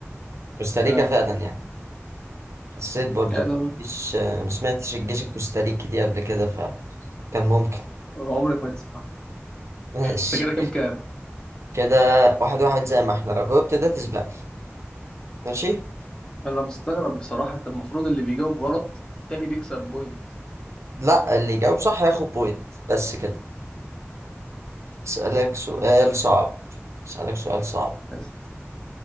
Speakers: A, on the right; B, on the left.
A: كوستاريكا
B: لا
A: فعلا يعني حسيت برضه
B: يعني بقى
A: مفيش آه، ما سمعتش الجيش الكوستاريكي دي قبل كده فكان ممكن
B: عمرك ما تسمع
A: ماشي
B: انت كده كام كام
A: كده واحد واحد زي ما احنا لو جاوبت ده تسبق ماشي
B: انا مستغرب بصراحة انت المفروض اللي بيجاوب غلط التاني بيكسب بوينت
A: لا اللي يجاوب صح هياخد بوينت بس كده اسألك سؤال
B: ماشي ماشي
A: صعب اسألك سؤال صعب
B: اسف